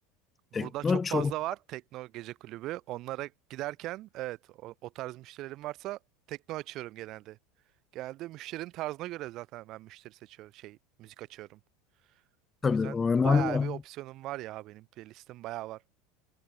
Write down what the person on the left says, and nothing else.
Tekno
çok
tabii
o önemli.